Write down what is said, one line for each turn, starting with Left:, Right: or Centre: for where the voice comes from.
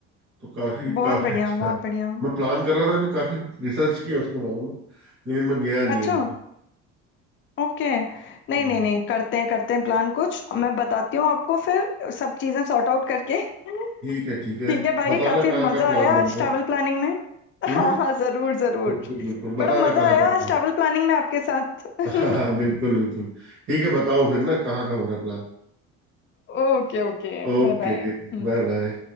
Right: तो काफी
Left: बहुत
Right: काफी
Left: बढ़िया
Right: अच्छा
Left: बहुत
Right: है
Left: बढ़िया
Right: मैं प्लान कर रहा था अभी काफी रिसर्च किया उसके बारे में लेकिन मैं गया नहीं
Left: अच्छा
Right: अभी तक।
Left: ओके नहीं
Right: हम्म,
Left: नहीं नहीं करते हैं करते हैं प्लान कुछ मैं बताती हूँ आपको फिर सब चीज़ें सॉर्ट आउट करके <laughs> ठीक
Right: ठीक है ठीक है
Left: है भाई
Right: बताना
Left: काफी
Right: कहाँ
Left: मजा
Right: का प्लान
Left: आया
Right: बन
Left: आज ट्रैवल
Right: रहा
Left: प्लानिंग में
Right: है हम्म
Left: हाँ हाँ जरूर जरूर
Right: बिल्कुल बिल्कुल
Left: बड़ा
Right: बताना
Left: मजा
Right: कहाँ
Left: आया
Right: का
Left: आज
Right: प्लान
Left: ट्रैवल प्लानिंग में आपके साथ <laughs>
Right: <laughs> हाँ हाँ बिल्कुल बिल्कुल ठीक है बताओ फिर ना कहाँ का हो रहा है प्लान
Left: Okay okay
Right: Okay
Left: bye bye
Right: bye bye